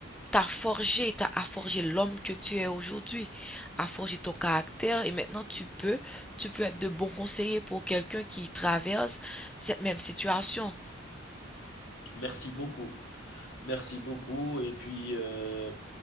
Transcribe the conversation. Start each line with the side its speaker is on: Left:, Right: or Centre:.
Centre: t'a forgé, t'a a forgé l'homme que tu es aujourd'hui, a forgé ton caractère. Et maintenant, tu peux, tu peux être de bons conseillers pour quelqu'un qui traverse cette même situation.
Left: Merci beaucoup. Merci beaucoup et puis, heu